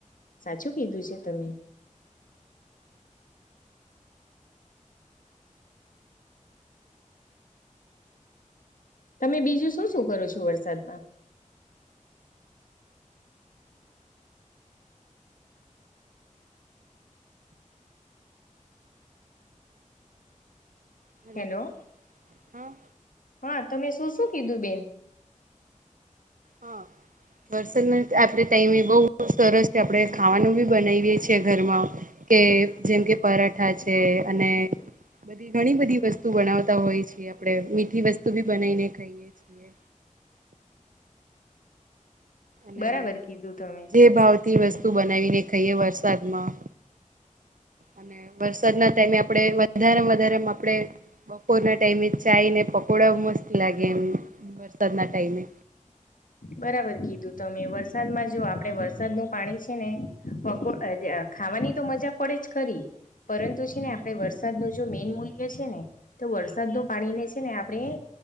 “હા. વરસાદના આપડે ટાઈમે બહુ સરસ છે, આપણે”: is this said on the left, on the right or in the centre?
Right